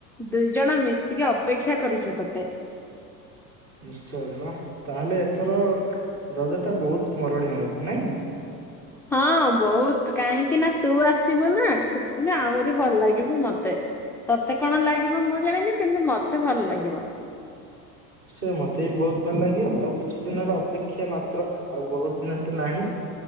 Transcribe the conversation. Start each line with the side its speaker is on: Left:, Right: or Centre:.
Centre: ଦୁଇ ଜଣ ମିଶିକି ଅପେକ୍ଷା କରିଛୁ ତୋତେ।
Right: ନିଶ୍ଚୟ ବା ତାହେଲେ ଏଥର ରଜ ଟା ବହୁତ ସ୍ମରଣୀୟ ହବ ନାଇଁ।
Centre: ହଁ ବହୁତ କାହିଁକି ନା ତୁ ଆସିବୁ ନା ସେଥିପାଇଁ ଆହୁରି ଭଲ ଲାଗିବ ମତେ ତତେ କଣ ଲାଗିବ ମୁଁ ଜାଣିନି କିନ୍ତୁ ମତେ ଭଲ ଲାଗିବ।
Right: ସେ ମତେ ବି ବହୁତ ଭଲ ଲାଗେ ଆଉ କିଛି ଦିନର ଅପେକ୍ଷା ମାତ୍ର ଆଉ ବହୁତ ଦିନ ତ ନାହିଁ।